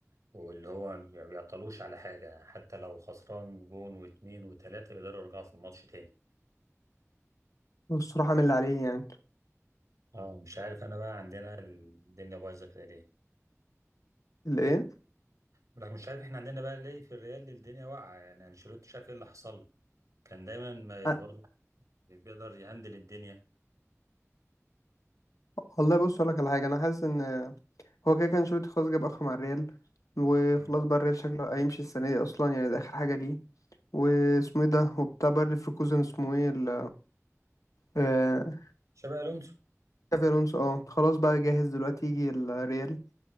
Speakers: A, on the right; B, on the left.
A: واللي هو ما بيعطلوش على حاجة حتى لو خسران جون واتنين وتلاتة يقدروا يرجعوا في الماتش تاني
B: والصراحة عامل اللي عليه يعني
A: اه مش عارف انا بقى عندنا الدنيا بايظه كده ليه
B: اللي إيه
A: لكن مش عارف احنا عندنا بقى ليه في الريال الدنيا واقعه يعني انشيلوتي شاف ايه اللي حصل له كان دايما ما
B: ع-
A: برضه بيقدر يهندل الدنيا
B: والله بص أقول لك على حاجة أنا حاسس إن هو كده كان شروط خلاص جاب آخره مع الريال وخلاص
A: مم.
B: بقى الريال شكله هيمشي السنة دي أصلا يعني ده آخر حاجة ليه واسمه ايه ده وبتاع باير ليفركوزن اسمه ايه ال آه،
A: شابي الونسو
B: تشافي الونسو اه خلاص بقى جاهز دلوقتي يجي الريال